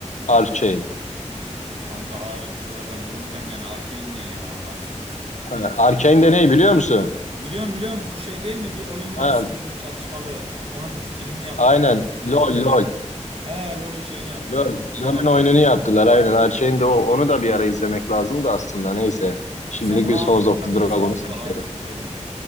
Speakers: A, on the left; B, on the right.
A: Arcane.
B: E, Kanka House of the Dragon dururken yani Arcane ne ya Allah'ını seversen.
A: Ha, Arcane de ne biliyor musun?
B: Biliyorum biliyorum bu şey değil mi? Bir oyun
A: Ha,
B: var silahlı çatışmalı. Onun filmini yaptılar.
A: aynen.
B: Ne
A: LOL
B: yaptılar?
A: LOL.
B: He LoL'ün şeyini yaptılar.
A: LOL.
B: Tamam tamam.
A: LOL'ün oyununu yaptılar. Aynen. Arcane de o. Onu da bir ara izlemek lazım da aslında. Neyse. Şimdilik
B: Sen House
A: biz House
B: of
A: of
B: Dragon'u
A: the Dragon'u
B: seç baba.
A: seçelim.
B: House of Dragon'u.